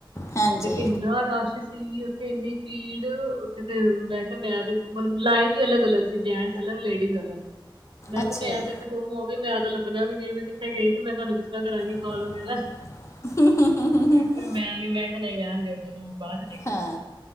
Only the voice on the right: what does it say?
ਤੇ ਇੰਨਾ ਰਸ਼ ਸੀ। ਸੀ 'ਉੱਥੇ ਇੰਨੀ ਭੀੜ 'ਉੱਥੇ ਮੈਂ ਕਿਹਾ ਮੈਂ ਮਤਲਬ ਲਾਈਨ ਵੀ ਅਲੱਗ- ਅਲੱਗ ਸੀ ਜਿਵੇਂ। ਜੇਂਟਸ ਅਲਗ, ਲੇਡੀਜ਼ ਅਲਗ ਮੈਂ
ਕਿਹਾ ਮੈਂ
ਤੇ ਗੁੰਮ ਹੋਗਈ ਤੇ ਮੈਂ ਤਾਂ ਲੱਭਣਾ ਵੀ ਨੀ, ਮੈਂ ਕਿੱਥੇ ਗਈ ਤੇ ਮੈਂ ਤੁਹਾਨੂੰ ਕਿਸਤਰਾਂ ਕਰਾਂਗੀ।
ਕਾਲ ਵਗੈਰਾ ਤੇ ਫਿਰ ਮੈਂ ਨੀ ਮੈਂ ਕਿਹਾ ਨਹੀਂ ਰਹਿਣ ਦਿਓ ਜਦੋਂ ਬਾਅਦ ਚ ਦਿਖ-